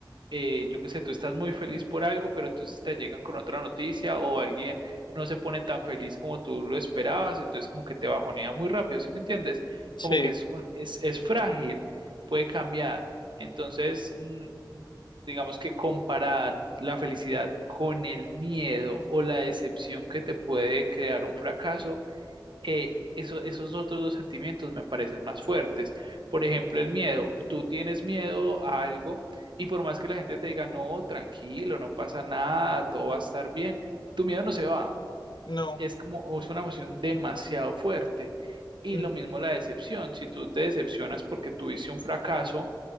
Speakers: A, on the right; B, on the left.
A: eh, yo qué sé, tú estás muy feliz por algo, pero entonces te llegan con otra noticia o alguien no se pone tan feliz como tú lo esperabas, entonces como que te bajonea muy rápido, ¿sí me entiendes?
B: sí,
A: Como que es, un- es, es frágil, puede cambiar. Entonces, mm, digamos que comparar la felicidad con el miedo o la decepción que te puede crear un fracaso eh, eso- esos otros dos sentimientos me parecen más fuertes. Por ejemplo, el miedo. Tú tienes miedo a algo y por más que la gente te diga, no, tranquilo, no pasa nada, todo va a estar bien, tu miedo no se va.
B: no.
A: Es como, es una emoción demasiado fuerte. Y
B: Ujú.
A: lo mismo la decepción. Si tú te decepcionas porque tuviste un fracaso,